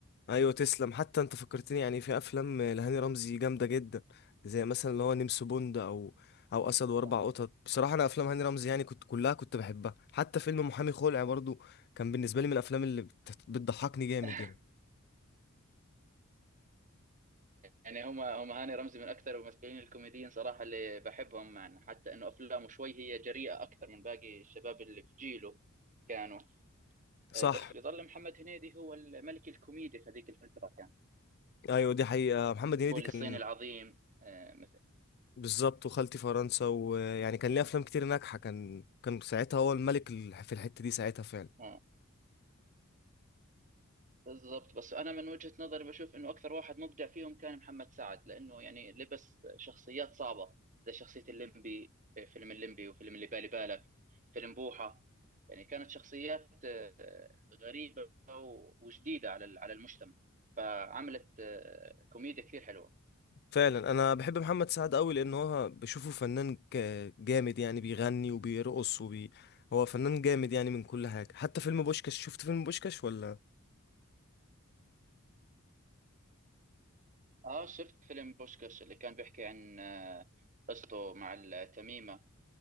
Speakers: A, on the left; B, on the right.
A: ايوه تسلم حتى انت فكرتني يعني في افلام لهاني رمزي جامده جدا زي مثلا اللي هو نمس بوند او او اسد واربع
B: صح
A: قطط بصراحه انا افلام هاني رمزي يعني كنت كلها كنت بحبها حتى فيلم محامي خلع برضو كان بالنسبه لي من الافلام اللي بت- بتضحكني جامد
B: <laughs>
A: يعني
B: يعني هم هم هاني رمزي من اكثر الممثلين الكوميديين صراحه اللي بحبهم معنا حتى انه افلامه شوي هي جريئه اكثر من باقي الشباب اللي في جيله كانوا
A: صح
B: آه، بس بيظل محمد هنيدي هو الملك الكوميدي في هذيك الفتره كان
A: ايوه دي حقيقه محمد هنيدي
B: فول
A: كان
B: الصين العظيم آه، مثلا
A: بالظبط وخالتي فرنسا ويعني كان ليه افلام كتير ناجحه كان كان ساعتها هو الملك ال- في الحته دي ساعتها فعلا
B: آه. بالضبط بس انا من وجهة نظري بشوف انه اكثر واحد مبدع فيهم كان محمد سعد لانه يعني لبس شخصيات صعبة زي شخصية الليمبي آه، فيلم الليمبي وفيلم اللي بالي بالك فيلم بوحة يعني كانت شخصيات آه، غريبة و- وجديدة على ال- على المجتمع فعملت آه، كوميديا كثير حلوة
A: فعلا انا بحب محمد سعد قوي لان هو بشوفه فنان ك- جامد يعني بيغني وبيرقص وبي هو فنان جامد يعني من كل حاجة حتى فيلم بوشكاش شفت فيلم بوشكاش ولا
B: اه شفت فيلم بوشكاش اللي كان بيحكي عن آه، قصته مع التميمة